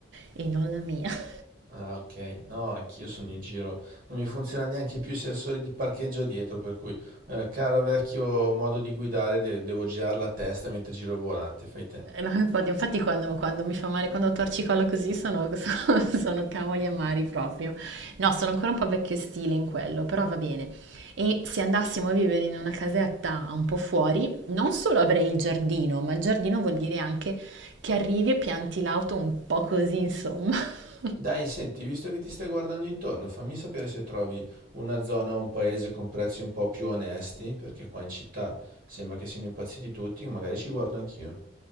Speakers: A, on the right; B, on the right.
A: e non la mia. <laughs>
B: Ah, ok. No, anch'io sono in giro. Non mi funziona neanche più i sensori di parcheggio dietro, per cui, eh, caro vecchio modo di guidare, de- devo girare la testa mentre giro il volante, fai te.
A: Eh, no, infatti, <laughs> infatti quando, quando mi fa male, quando torcicolo così sono, <laughs> sono, sono cavoli amari proprio. No, sono ancora un po' vecchio stile in quello, però va bene. E se andassimo a vivere in una casetta un po' fuori, non solo avrei il giardino, ma il giardino vuol dire anche che arrivi e pianti l'auto un po' così, insomma. <laughs>
B: Dai, senti, visto che ti stai guardando intorno, fammi sapere se trovi una zona o un paese con prezzi un po' più onesti, perché qua in città sembra che siano impazziti tutti, magari ci guardo anch'io.